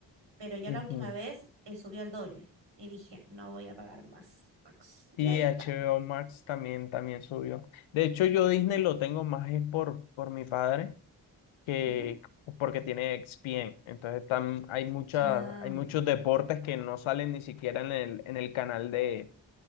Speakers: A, on the right (about 65°); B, on the left (about 80°).
A: pero ya
B: Ujú.
A: la última vez eh, subió al doble y dije, no voy a pagar más Max. Y
B: Y
A: ahí está.
B: HBO Max también, también subió. De hecho, yo Disney lo tengo más es por, por mi padre que
A: Ujú.
B: porque tiene ESPN. Entonces están hay muchas,
A: Ah,
B: hay muchos deportes que no salen ni siquiera en el, en el canal de